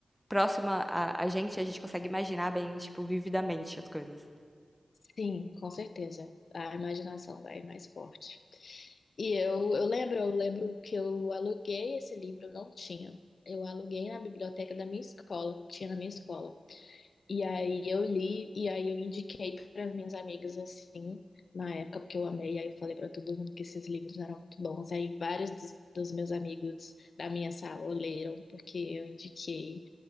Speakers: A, in the centre; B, on the left.
A: próximo a, a gente, a gente consegue imaginar bem, tipo, vividamente as coisas.
B: sim, com certeza. A imaginação vai mais forte. E eu, eu lembro, eu lembro que eu aluguei esse livro, eu não tinha. Eu aluguei na biblioteca da minha escola, tinha na minha escola. E aí eu li, e aí eu indiquei para as minhas amigas assim, na época, porque eu amei, aí eu falei para todo mundo que esses livros eram muito bons. Aí vários dos, dos meus amigos da minha sala leram, porque eu indiquei.